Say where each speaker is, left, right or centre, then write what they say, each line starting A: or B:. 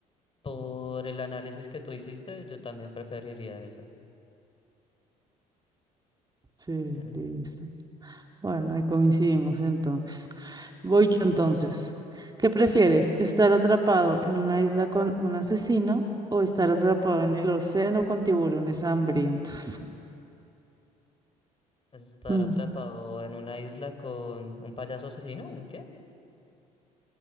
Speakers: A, on the left; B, on the right.
A: Por el análisis que tú hiciste, yo también preferiría esa.
B: Sí,
A: Mm,
B: listo. Bueno, ahí coincidimos entonces. Voy yo entonces. ¿Qué prefieres? ¿Estar atrapado en una isla con un asesino o estar atrapado en el océano con tiburones hambrientos?
A: Estar
B: Hmm.
A: atrapado en una isla con un payaso asesino, ¿un qué?